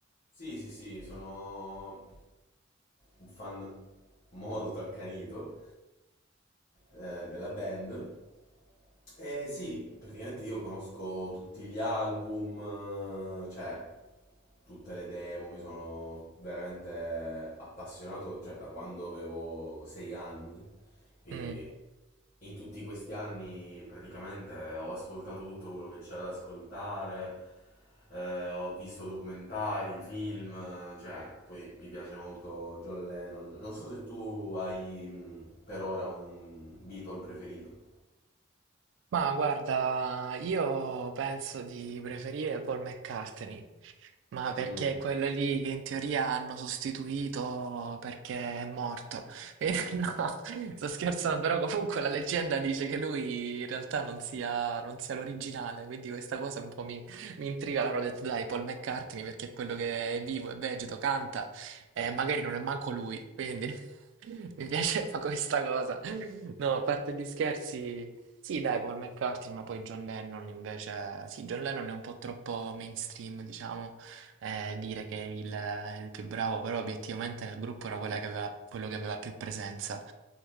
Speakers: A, on the left (about 45°); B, on the right (about 65°).
A: Sì, sì, sì, sono un fan molto accanito eh, della band. E sì, praticamente io conosco tutti gli album, eh, cioè tutte le demo, mi sono veramente appassionato, cioè da quando avevo sei anni. Quindi
B: Mm.
A: In tutti questi anni praticamente ho ascoltato tutto quello che c'era da ascoltare, eh, ho visto documentari, film, eh, cioè poi mi piace molto John Lennon. Non so se tu hai mh, per ora un Beatle preferito.
B: Ma guarda, io penso di preferire Paul McCartney. Ma perché
A: Mm.
B: è quello lì che in teoria hanno sostituito perché è morto. <laughs> Eh, no, sto scherzando, però comunque la leggenda dice che lui in realtà non sia, non sia l'originale, quindi questa cosa un po' mi, mi intriga. Allora ho detto dai, Paul McCartney perché è quello che è vivo, è vegeto, canta e magari non è manco lui, quindi <laughs> mi piaceva questa cosa. No, a parte gli scherzi... Sì, dai, Paul McCartney, ma poi John Lennon invece. Sì, John Lennon è un po' troppo mainstream, diciamo eh, dire che è il, è il più bravo, però obiettivamente nel gruppo era quella che aveva, quello che aveva più presenza